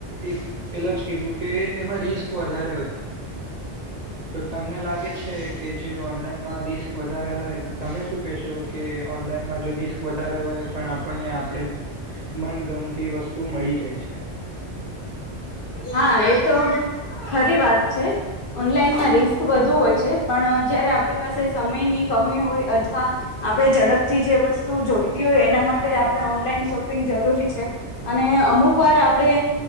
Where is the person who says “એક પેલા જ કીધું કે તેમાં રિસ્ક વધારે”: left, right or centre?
Right